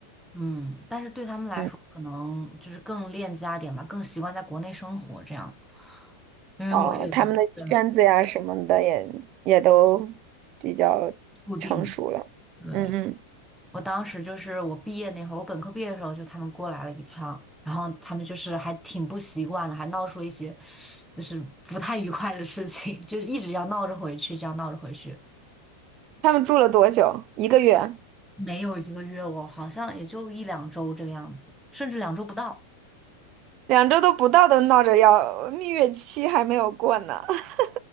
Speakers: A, in the centre; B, on the right.
A: 嗯，但是对他们来说，
B: 嗯，
A: 可能就是更恋家点吧，更习惯在国内生活这样。因为我有一次的
B: 哦，他们的圈子呀什么的也也都比较成熟了。
A: 固定，对，
B: 嗯嗯，
A: 我当时就是我毕业那会儿，我本科毕业的时候，就他们过来了一趟，然后他们就是还挺不习惯的，还闹出了一些就是不太愉快的事情，就是一直要闹着回去，这样闹着回去，
B: 他们住了多久？一个月。
A: 没有一个月，我好像也就一两周这个样子，甚至两周不到。
B: 两周都不到，都闹着要蜜月期还没有过呢。<laughs>